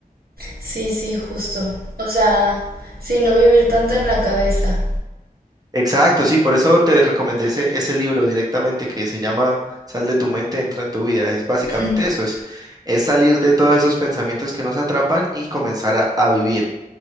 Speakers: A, on the right; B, on the right.
A: Sí, sí, justo. O sea, sí, no vivir tanto en la cabeza.
B: Exacto, sí, por eso te recomendé ese, ese libro directamente que se llama Sal de tu mente, entra en tu vida. Es básicamente
A: <laughs>
B: eso, es, es salir de todos esos pensamientos que nos atrapan y comenzar a a vivir.